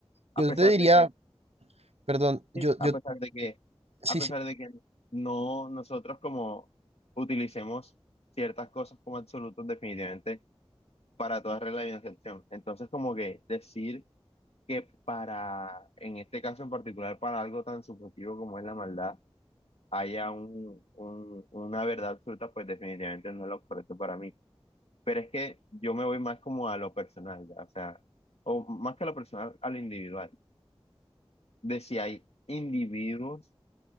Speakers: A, on the left; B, on the right.
A: A
B: Yo
A: pesar
B: te diría,
A: de que,
B: perdón,
A: sí,
B: yo,
A: a
B: yo,
A: pesar de que,
B: sí,
A: a pesar
B: sí,
A: de que no nosotros como utilicemos ciertas cosas como absolutos definitivamente para toda regla y una excepción. Entonces, como que decir que para, en este caso en particular, para algo tan subjetivo como es la maldad, haya un, un- una verdad absoluta, pues definitivamente no es lo correcto para mí. Pero es que yo me voy más como a lo personal, ya, O sea, o más que a lo personal, a lo individual. De si hay individuos